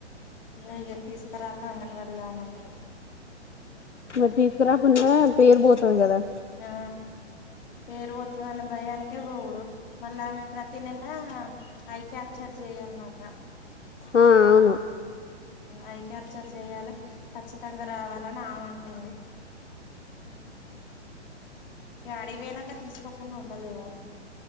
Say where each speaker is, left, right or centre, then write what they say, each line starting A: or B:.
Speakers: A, on the left; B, on the left.
A: ఏగ తీసుకా రాకు. అంగన్వాడలా అన్నాడు.
B: మరి తీసుకురా కుండా పేరు పోతుంది కదా.
A: ఆ పేరు పోతుందని భయానికే పోవుడు మళ్ళా ఆమె ప్రతి నెల ఐ క్యాప్చర్ చెయాలిన్నట్టా.
B: ఆ అవును.
A: ఐ కెపచర్ చేయాలె ఖచ్చితంగా రావాలని అమె అంటుంది. యడికి పోయినాక తీసుకోకుండా ఉండలేము